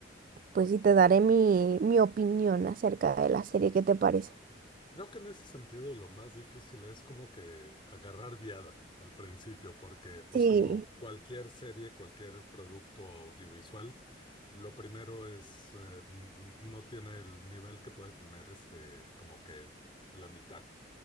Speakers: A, on the right; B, on the left.
A: pues sí, te daré mi, mi opinión acerca de la serie, ¿qué te parece?
B: Creo que en ese sentido lo más difícil es como que agarrar viada al principio, porque pues
A: Sí,
B: como cualquier serie, cualquier producto audiovisual, lo primero es, eh, n- no tiene el nivel que puede tener este, como que la mitad,